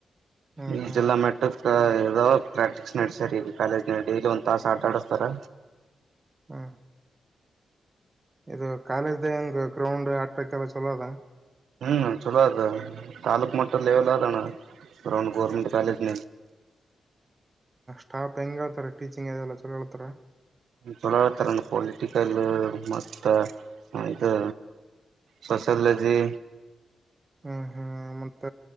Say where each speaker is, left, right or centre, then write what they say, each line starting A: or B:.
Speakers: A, on the right (about 20°); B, on the right (about 80°).
A: ಹ್ಮ್
B: ಈ
A: ಹ್ಮ್
B: ಜಲ್ಲಾ ಮೆಟ್ಟ ಇೋ ಪ್ರಾಕ್ಟೀಸ್ ನಡಸರ್ ಈಗ ಕಾಲೇಜ್ನ ಡೈಲಿ ಒಂದು ತಾಸ ಆಟ ಆಡಿಸ್ತಾರೆ
A: ಹಾ ಇದು ಕಾಲೇಜ್ ಹೆಂಗ ಗ್ರೌಂಡ್ ಆಟಕ್ಕೆಲ್ಲ ಚಲೋ ಅದ
B: ಹ್ಮ ಚೊಲೋ ಅದ ತಾಲೂಕ್ ಮಟ್ಟೆಲೆವೆಲ್ ತ ಆದ ಅಣ್ಣ ಗೌರ್ಮೆಂಟ್ ಕಾಲೇಜ್
A: ಸ್ಟಾಪ್ ಹೆಗೆ ಹೇಳ್ತಾರೆ ಟೀಚಿಂಗ್ ಅದೆಲ್ಲ ಚಲೋ ಹೇಳ್ತಾರೆ
B: ತಳ ಥರನ ಪೊಲಿಟಿಕಲ್ ಮತ್ತು ಇದು ಸೋಸಲಜಿ
A: ಹ್ಮ್ ಹ್ಮ್ ಮತ್ತ